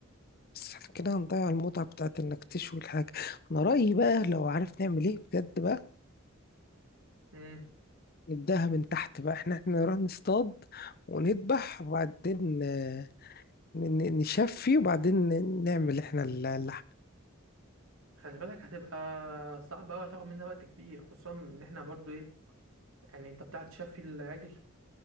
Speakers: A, on the left; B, on the right.
A: بس احنا كده هنضيع المتعة بتاعت انك تشوي الحاجة انا رأيي بقى لو عارف نعمل ايه بجد بقى
B: امم
A: نبدأها من تحت بقى احنا احنا نروح نصطاد ونذبح وبعدين آه، ن- ن- نشفي وبعدين ن- نعمل احنا ال- اللحم
B: خلي بالك هتبقى صعبة أوي هتاخد مننا وقت كبير خصوصا ان احنا برضو ايه يعني انت بتاع تشفي العجل